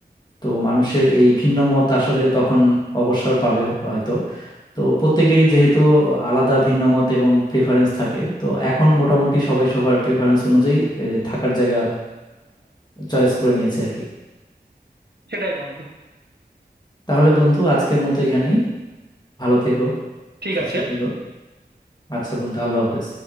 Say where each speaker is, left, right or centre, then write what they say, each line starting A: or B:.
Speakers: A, on the left; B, on the right.
A: তো মানুষের এই ভিন্ন মত আসলে তখন অবসর পাবে হ- হয়তো তো প্রত্যেকেরই যেহেতু আলাদা ভিন্ন মত এবং প্রেফারেন্স থাকে তো এখন মোটামুটি সবাই সবার প্রেফারেন্স অনুযায়ী এ, থাকার জায়গা চয়েস করে নিয়েছে আর কি
B: সেটাই বন্ধু
A: তাহলে বন্ধু আজকের মতো এখানেই ভালো থেকো
B: ঠিক
A: সুস্থ
B: আছে
A: থেকো আচ্ছা বন্ধু আল্লাহ হাফেজ